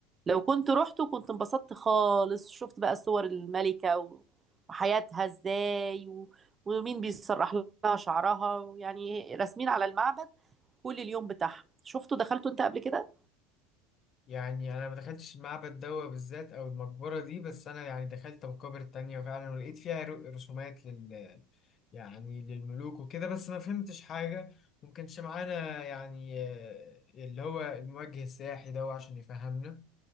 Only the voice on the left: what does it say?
يعني أنا ما دخلتش المعبد ده بالذات أو المقبرة دي بس أنا يعني دخلت مقابر تانية فعلا ولقيت فيها ر- رسومات لل يعني للملوك وكده بس ما فهمتش حاجة ممكنش معانا يعني آه، اللي هو الموجه السياحي ده عشان يفهمنا